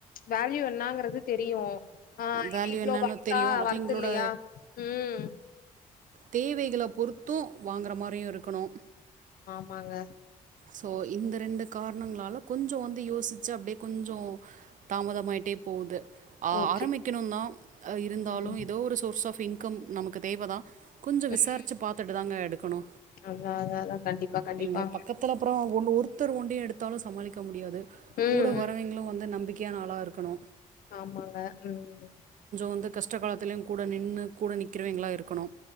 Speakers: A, on the left; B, on the right.
A: வேல்யூ என்னாங்ருது தெரியு ஆ
B: வேல்யூ
A: இது இவ்ளோ
B: என்னன்னு
A: வொர்த்தா
B: தெரியும். அவிங்களோட
A: வொர்த் இல்லயா ம்
B: தேவைகள பொறுத்து வாங்கற மாரியு இருக்குணு
A: மாங்க
B: சோ இந்த ரெண்டு கார்ணங்களால கொஞ்சோ வந்து யோசிச்சு அப்டே கொஞ்சோ தாமதமாயிட்டே போகுது ஆ
A: ஓகே
B: ஆரம்பிக்கணு தா இருந்தாலு
A: ம்
B: எதோ ஒரு சோர்ஸ் ஆஃப் இன் கும் நமக் கு தேவ தா கொஞ்சோ விசாரிச்சு
A: ம்
B: பாத்துட்டு தாங்க எடுக்குணு
A: அதா அதா அதா கண்டிப்பா கண்டிப்பா
B: எங்க பக்கத் ஒ ஒன் ஒருத்தர் ஒண்டயு எடுத்தாலு சமாளிக்க முடியாது
A: ம்
B: கூட
A: ம்.
B: வரவிங்ளு வந்து நம்பிக் க்யான ஆளா இர்க்கணு
A: ஆமாங்க ம்
B: வந்து கஷ்ட காலத்துலயு கூட நின்னு கூட நிற்கிறவிங்களா இருக்கணு